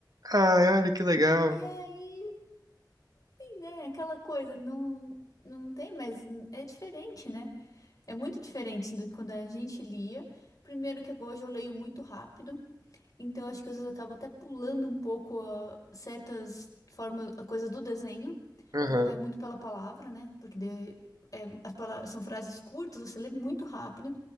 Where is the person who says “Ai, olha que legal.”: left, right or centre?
Right